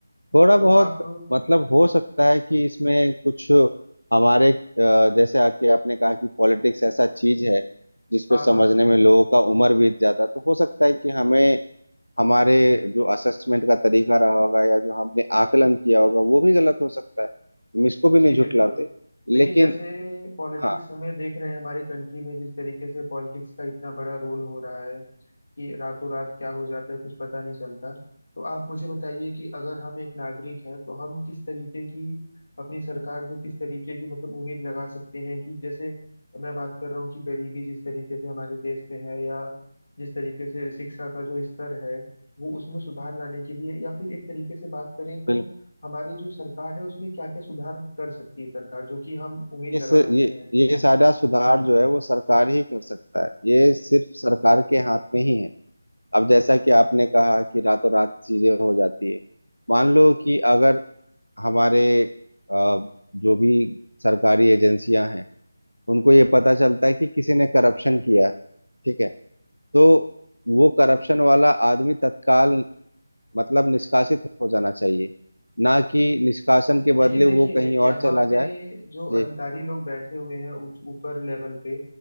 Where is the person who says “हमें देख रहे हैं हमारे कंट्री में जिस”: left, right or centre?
Left